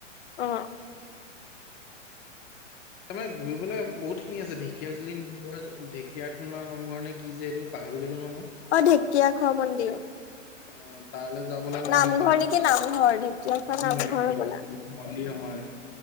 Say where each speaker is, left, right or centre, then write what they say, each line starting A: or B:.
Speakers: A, on the left; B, on the left.
A: অ
B: তাৰমানে ঘূৰিবলৈ বহুত খিনি আছে ঢেকীয়া জুলিল ঢেকীয়া খুনৰ নামঘৰ নে কি যে এইটো পাহৰি গ'লো নহয় মই
A: অ ঢেকীয়াখোৱা মন্দিৰ
B: অ তাৰলে যাবলে মন
A: নামঘৰ
B: আছে মোৰ
A: নেকি নামঘৰ ঢেকীয়াখোৱা নামঘৰ
B: ভালি
A: হ'বলা।
B: নহয়